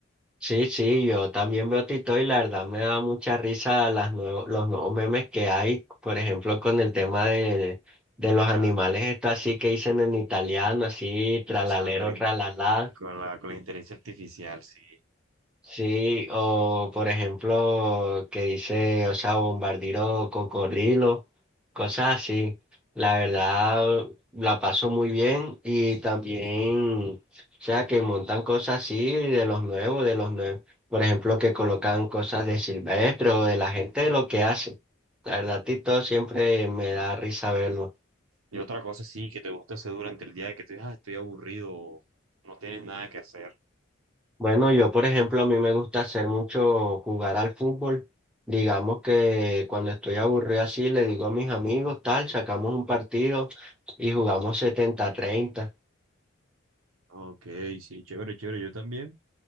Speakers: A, in the centre; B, on the right.
A: Sí, sí, yo también veo TikTok y la verdad me da mucha risa las nuevo- los nuevos memes que hay, por ejemplo, con el tema de, de los
B: yo.
A: animales, esto así que dicen en italiano, así, tralalero,
B: sea, de la in-
A: tralalá.
B: con la, con la inteligencia artificial, sí.
A: Sí, o por ejemplo, que dice, o sea, bombardiro cocodrilo, cosas así. La verdad, la paso muy bien y también, o sea, que montan cosas así de los nuevos, de los nuevos. Por ejemplo, que colocan cosas de Silvestre o de la gente de lo que hace. La verdad, Tito siempre me da risa verlo.
B: Y otra cosa, sí, que te gusta hacer durante el día, que te digas, "Ah, estoy aburrido, o no tienes nada que hacer.
A: Bueno, yo por ejemplo, a mí me gusta hacer mucho jugar al fútbol. Digamos que cuando estoy aburrido así, le digo a mis amigos, tal, sacamos un partido y jugamos 70 treinta
B: Ok, sí, chévere, chévere. Yo también